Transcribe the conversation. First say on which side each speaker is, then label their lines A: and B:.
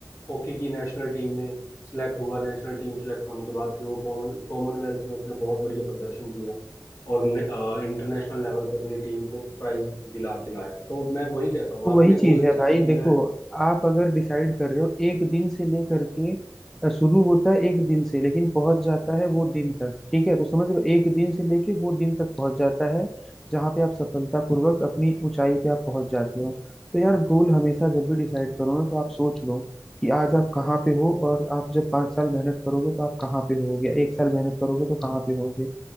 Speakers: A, on the left; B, in the centre.
A: हॉकी की नेशनल टीम में सिलेक्ट हुआ नेशनल टीम सिलेक्ट होने के बाद फिर वो कॉमन कॉमनवेल्थ में उसने बहुत बढ़िया प्रदर्शन किया और इंटरनेशनल लेवल पे अपनी टीम को प्राइज दिला के लाया तो मैं वही कहता हूँ
B: तो
A: आपने
B: वही चीज
A: गोल
B: है
A: डिसाइड
B: भाई
A: किया
B: देखो
A: है
B: आप अगर डिसाइड कर रहे हो एक दिन से लेकर के अ, शुरू होता है एक दिन से लेकिन पहुंच जाता है वो दिन तक ठीक है तो समझ लो एक दिन से लेके वो दिन तक पहुंच जाता है जहां पे आप सफलतापूर्वक अपनी ऊंचाई पे आप पहुंच जाते हो तो यार गोल हमेशा जब भी डिसाइड करो ना तो आप सोच लो कि आज आप कहाँ पे हो और आप जब पाँच साल मेहनत करोगे तो आप कहाँ पे होगे एक साल मेहनत करोगे तो कहाँ पे होगे